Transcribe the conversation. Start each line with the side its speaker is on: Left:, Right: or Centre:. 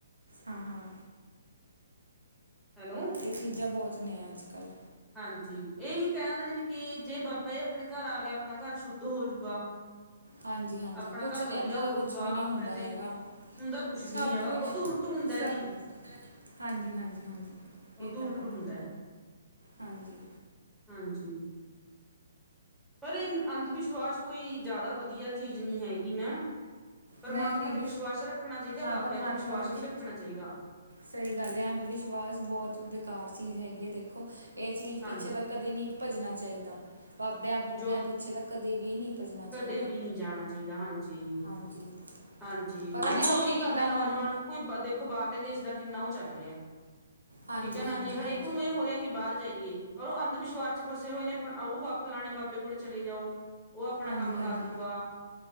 Right: ਹਾਂ-ਹਾਂ,
Centre: ਹੈਲੋ
Right: ਇਹ ਚੀਜ਼ਾਂ ਬਹੁਤ ਨੇ ਅੱਜ-ਕੱਲ੍ਹ
Centre: ਹਾਂਜੀ ਇਹੀ ਕਹਿਣ ਦੇ ਨੇ ਵੀ ਕਿ ਜੇ ਬਾਬਾ ਇਹ ਆਪਣੇ ਘਰ ਆ ਗਿਆ ਆਪਣਾ ਘਰ ਸ਼ੁੱਧ ਹੋਜੂਗਾ।
Right: ਹਾਂਜੀ-ਹਾਂਜੀ
Centre: ਆਪਣਾ
Right: ਕੁਛ
Centre: ਘਰ
Right: ਨੀ
Centre: ਵਧੀਆ
Right: ਏਦਾਂ
Centre: ਹੋਜੂਗਾ
Right: ਦਾ ਕੁਛ ਵੀ ਨੀ
Centre: ਆਪਣੇ
Right: ਹੁੰਦਾ
Centre: ਤੇ
Right: ਹੈਗਾ।
Centre: ਹੁੰਦਾ ਕੁਛ ਵੀ
Right: ਸਭ
Centre: ਨੀ ਹੈਗਾ
Right: ਕੁਛ
Centre: ਉਦੋਂ ਉਲਟ ਹੁੰਦਾ
Right: ਸਭ
Centre: ਜੀ
Right: ਹਾਂਜੀ-ਹਾਂਜੀ-ਹਾਂਜੀ
Centre: ਉਦੋਂ
Right: ਇਹ ਤਾਂ
Centre: ਉਲਟ
Right: ਹੈ
Centre: ਹੁੰਦਾ
Right: ਹਾਂਜੀ।
Centre: ਹਾਂਜੀ। ਪਰ ਅੰਧ ਵਿਸ਼ਵਾਸ ਕੋਈ ਜ਼ਿਆਦਾ ਵਧੀਆ ਚੀਜ਼ ਨੀ ਹੈਗੀ ਮੈਮ। ਪਰਮਾਤਮਾ
Right: ਨਹੀਂ ਨਹੀਂ
Centre: ਤੇ ਵਿਸ਼ਵਾਸ ਰੱਖਣਾ ਚਾਹੀਦਾ
Right: ਹਾਂ
Centre: ਬਾਬਿਆਂ
Right: ਪਰਮਾਤਮਾ
Centre: ਤੇ ਵਿਸ਼ਵਾਸ
Right: ਵਿਸ਼
Centre: ਨਹੀਂ ਰੱਖਣਾ ਚਾਹੀਦਾ।
Right: ਸਹੀ ਗੱਲ ਐ ਅੰਧ ਵਿਸ਼ਵਾਸ ਬਹੁਤ ਬੇਕਾਰ ਚੀਜ਼ ਹੈਗੀ ਐ ਦੇਖੋ ਇਹ ਚੀਜ਼ ਪਿੱਛੇ
Centre: ਹਾਂਜੀ
Right: ਤ ਕਦੇ ਨਹੀਂ ਭੱਜਣਾ ਚਾਹੀਦਾ ਬਾਬਿਆਂ ਬੂਬਿਆਂ
Centre: ਜੋ
Right: ਪਿੱਛੇ ਤਾਂ ਕਦੇ ਵੀ ਨਹੀਂ ਭੱਜਣਾ ਚਾਹੀਦਾ
Centre: ਕਦੇ ਵੀ ਨੀ ਜਾਣਾ ਚਾਹੀਦਾ ਹਾਂਜੀ।
Right: ਹਾਂਜੀ
Centre: ਹਾਂਜੀ
Right: ਪਤਾ ਨਹੀਂ
Centre: ਹੁਣ
Right: ਲੋਕੀ
Centre: ਉਹੀ
Right: ਕਿੱਦਾਂ
Centre: ਗੱਲ ਐ ਨੌਜਵਾਨ
Right: ਮੰਨ
Centre: ਕੋਈ ਦੇਖੋ ਬਾਹਰਲੇ ਦੇਸ਼ ਦਾ ਕਿੰਨਾ ਉਹ ਚੱਲ ਰਿਹਾ।
Right: ਹਾਂਜੀ
Centre: ਠੀਕ ਐ ਨਾ
Right: ਹਾਂਜੀ
Centre: ਜੀ ਹਰੇਕ
Right: ਹਾਂਜੀ
Centre: ਨੂੰ ਇਹ ਹੋ ਰਿਹਾ ਕਿ ਬਾਹਰ ਜਾਈਏ ਪਰ ਉਹ ਅੰਧ ਵਿਸ਼ਵਾਸ ਚ ਫਸੇ ਹੋਏ ਨੇ ਉਹ ਫਲਾਣੇ ਬਾਬੇ ਕੋਲ ਚਲੇ ਜਾਓ। ਉਹ ਆਪਣਾ
Right: ਹਾਂਜੀ
Centre: ਕੰਮ ਕਰ
Right: ਹਾਂਜੀ
Centre: ਦੂਗਾ